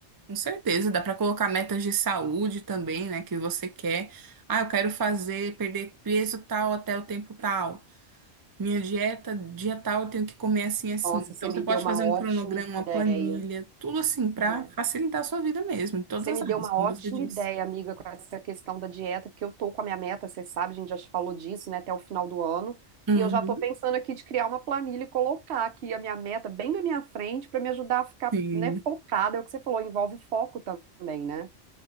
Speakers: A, on the right; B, on the right.
A: com certeza, dá para colocar metas de saúde também, né, que você quer. Ah, eu quero fazer, perder peso tal até o tempo tal. Minha dieta, dia tal, eu tenho que comer assim, assim.
B: Nossa,
A: Então
B: você me
A: você pode
B: deu uma
A: fazer
B: ótima
A: um cronograma,
B: ideia.
A: uma planilha, tudo assim para
B: É.
A: facilitar a sua vida mesmo, em todas
B: Você
A: as
B: me
A: áreas,
B: deu uma
A: como
B: ótima
A: você disse.
B: ideia, amiga, com essa questão da dieta, porque eu tô com a minha meta, você sabe, a gente já te falou disso, né, até o final do ano.
A: Uhum,
B: E eu já tô pensando aqui de criar uma planilha e colocar aqui a minha meta bem na minha frente para me ajudar a ficar,
A: sim.
B: né, focada. É o que você falou, envolve foco também, né?